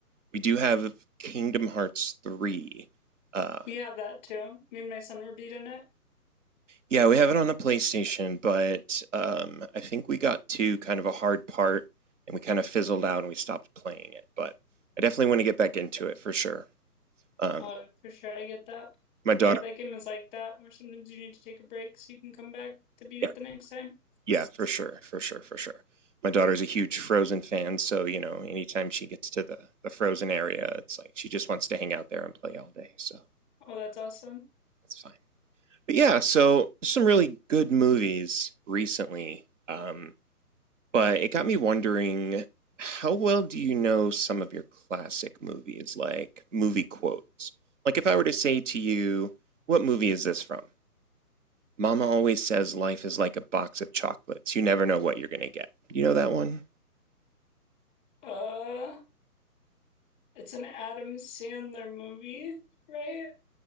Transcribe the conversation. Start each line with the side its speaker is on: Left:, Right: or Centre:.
Right: we do have Kingdom Hearts 3. Uh,
Left: We have that too. Me and my son were beating it.
Right: yeah, we have it on the PlayStation, but um, I think we got to kind of a hard part and we kind of fizzled out and we stopped playing it. But I definitely want to get back into it for sure. Um,
Left: Uh for sure I get that.
Right: my daughter,
Left: Yeah, that game is like that where sometimes you need to take a break so you can come back to beat
Right: yeah,
Left: it the next time.
Right: Yeah, for sure, for sure, for sure. My daughter's a huge Frozen fan, so you know, anytime she gets to the the Frozen area, it's like she just wants to hang out there and play all day, so
Left: Oh, that's awesome.
Right: that's fine. But yeah, so some really good movies recently. Um, but it got me wondering, how well do you know some of your classic movies, like movie quotes? Like if I were to say to you, what movie is this from? Mama always says life is like a box of chocolates. You never know what you're gonna get. You know that one?
Left: Uh, it's an Adam Sandler movie, right?